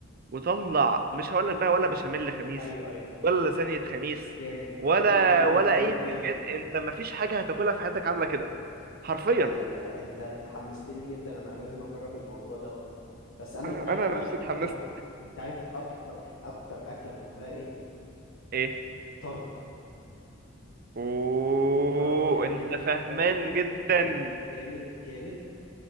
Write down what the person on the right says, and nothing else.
وطلع مش هقولك بقى ولا بشاميل خميس
ولا لازانية خميس
ولا
ولا
اي بتنجان
انت مفيش حاجة هتاكلها في حياتك عاملة كده حرفيا
انا
انا
نفسي اتحمست
ايه
اوه
انت
فاهمان جدا